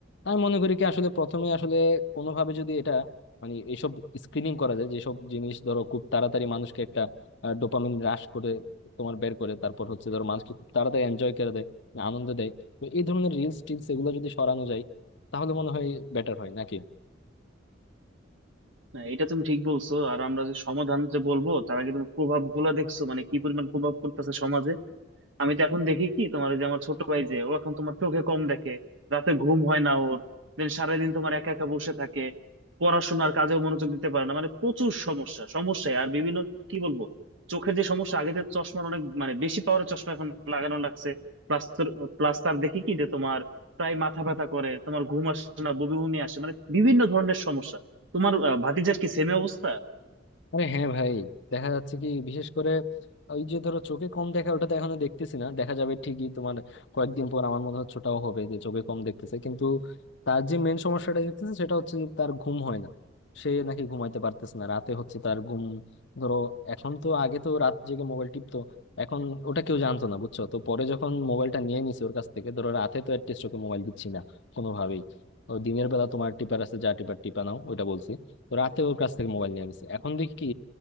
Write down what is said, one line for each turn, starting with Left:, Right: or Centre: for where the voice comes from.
Left: আমি মনে করি কি আসলে প্রথমে আসলে কোনোভাবে যদি এটা মানে এইসব স্ক্রিনিং করা যায় যেসব জিনিস ধরো খুব তাড়াতাড়ি মানুষকে একটা ডোপামিন হ্রাস করে তোমার বের করে তারপর হচ্ছে ধরো মানুষকে খুব তাড়াতাড়ি এনজয় করে দেয় মানে আনন্দ দেয় তো এই ধরনের রিলস টিলস এগুলো যদি সরানো যায় তাহলে মনে হয় বেটার হয় নাকি
Right: না এটা তুমি ঠিক বলছো আর আমরা যে সমাধান যে বলবো তার আগে তুমি প্রভাব গুলা দেখছো মানে কি পরিমাণ প্রভাব পড়তেছে সমাজে আমি তো এখন দেখি কি তোমার ওই যে আমার ছোট ভাই যে ও এখন তোমার চোখে কম দেখে রাতে ঘুম হয় না ওর দেন সারাদিন তোমার একা একা বসে থাকে পড়াশোনার কাজেও মনোযোগ দিতে পারে না মানে প্রচুর সমস্যা সমস্যায় আর বিভিন্ন কি বলবো চোখের যে সমস্যা আগে তো চশমার অনেক মানে বেশি পাওয়ারের চশমা এখন লাগানো লাগছে প্লাস প্লাস তার দেখি কি যে তোমার প্রায় মাথা ব্যথা করে তোমার ঘুম আসে না বমি বমি আসে মানে বিভিন্ন ধরনের সমস্যা তোমার আহ, ভাতিজার কি সেমই অবস্থা
Left: আরে হ্যাঁ ভাই দেখা যাচ্ছে কি বিশেষ করে ওই যে ধরো চোখে কম দেখা ওটা তো এখনো দেখতেছি না দেখা যাবে ঠিকই তোমার কয়েকদিন পর আমার মনে হচ্ছে ওটাও হবে যে চোখে কম দেখতেছে কিন্তু তার যে মেন সমস্যাটা দেখতেছে সেটা হচ্ছে যে তার ঘুম হয় না সে নাকি ঘুমাইতে পারতেছে না রাতে হচ্ছে তার ঘুম ধরো এখন তো আগে তো রাত জেগে মোবাইল টিপতো এখন ওটা কেউ জানতো না বুঝছো তো পরে যখন মোবাইলটা নিয়ে নিছে ওর কাছ থেকে ধরো রাতে তো অ্যাটলিস্ট ওকে মোবাইল দিচ্ছি না কোনোভাবেই ও দিনের বেলা তোমার টিপার আছে যা টিপার টিপা নাও ওটা বলছি তো রাতে ওর কাছ থেকে মোবাইল নিয়ে নিছে এখন দেখি কি